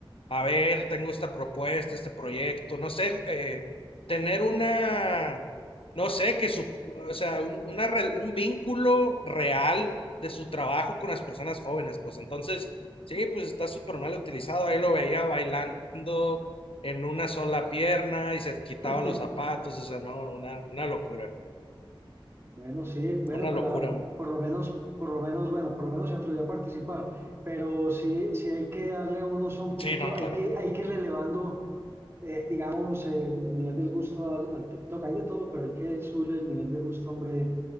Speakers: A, on the left (about 75°); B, on the right (about 25°).
A: a ver, tengo esta propuesta, este proyecto, no sé, eh, tener una, no sé, que su, o sea, un, una re- un vínculo real de su trabajo con las personas jóvenes, pues entonces, sí, pues está súper mal utilizado, ahí lo veía bailando en una sola pierna y se quitaba
B: <laughs>
A: los zapatos, o sea, no, una, una locura,
B: Bueno, sí, bueno,
A: una
B: pero
A: locura.
B: ah,
A: mo-
B: por lo menos, por lo menos, bueno, por lo menos se atrevió a participar. Pero sí, sí hay que darle un uso un poquito,
A: Sí, no, claro.
B: hay que, hay que ir elevando, eh, digamos, el, el nivel del gusto al, al TikTok. Hay de todo, pero hay que subirle el nivel de gusto, hombre,